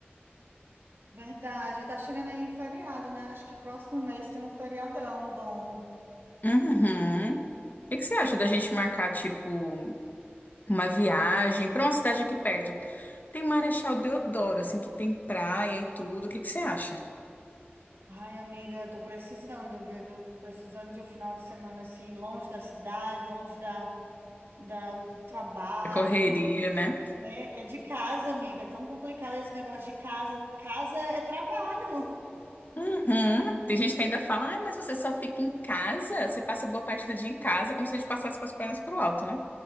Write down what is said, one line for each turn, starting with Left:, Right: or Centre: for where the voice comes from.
Right: Verdade, tá chegando aí um feriado, né? Acho que próximo mês tem um feriadão bom.
Left: Uhum. O que que você acha da gente marcar, tipo, uma viagem pra uma cidade aqui perto? Tem Marechal Deodoro, assim, que tem praia e tudo. O que que você acha?
Right: Ai, amiga, tô precisando, viu? Tô Precisando de um final de semana assim, longe da cidade, longe da, da- do trabalho,
Left: A correria,
Right: longe de,
Left: né?
Right: é, é de casa, amiga. É tão complicado esse negócio de casa. Casa é, é trabalho,
Left: Uhum. Tem gente que ainda fala, ai, mas você só fica em casa, você passa boa parte do dia em casa, como se a gente passasse com as pernas pro alto, né?